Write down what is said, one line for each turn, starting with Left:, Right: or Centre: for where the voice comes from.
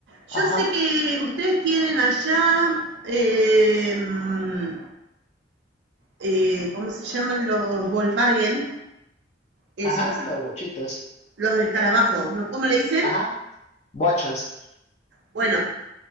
Right: Yo
Left: ajá,
Right: sé que ustedes tienen allá, eh, mm, eh, ¿cómo se llaman los Volkswagen? esos,
Left: ajá, los bochitos,
Right: los escarabajos, ¿no? ¿Cómo le dicen?
Left: ajá, bochos,
Right: Bueno,